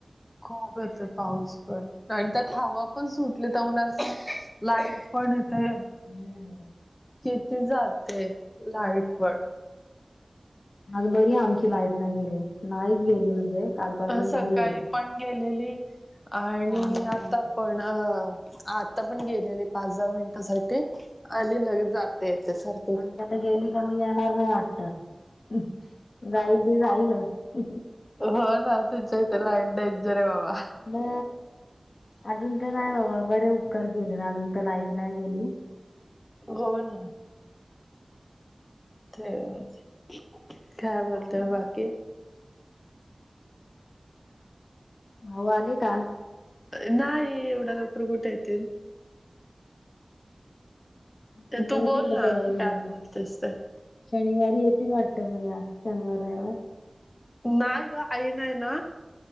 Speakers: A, on the left; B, on the left.
A: खूप येतो पाऊस पण. नाही आणि त्यात हवा पण सुटले त्या मु असं लाईट पण यथे.
B: हम्.
A: किती जाते लाईट पण.
B: आज बरी आहे आमची लाईड नाही गेली नाहीच गेली म्हणजे कालपासून
A: अ सकाळी
B: बरी आहे.
A: पण गेलेली आणि
B: ना आमची
A: आता
B: नाही गेली
A: पण. अ आता पण गेलेली पाच दहा मिनिटासाठी आली लगेच जात ते ते सारख
B: आमच्या आता गेली क मग येणार नाही वाटत जाईल ती जाईल. <inaudible>
A: हो ना तुमच्या इथ लाईड डेंजर ये बाबा.
B: म अजून ते नाही बाबा बरे उपकार केले ना अजून तर लाईट नाही गेली.
A: हो ना. तेच खाय बोलताय
B: भाऊ
A: म
B: का
A: बाकी?
B: भाऊ आले का?
A: नाही एवढ्या लवकर कुठे येतील.
B: आता
A: ते तू
B: येतील
A: बोल
B: का
A: ना
B: तळवलेला
A: काय बोलतेसत.
B: शनिवारी येते वाटत म या शनिवार रविवार.
A: नाय ग आई नाही ना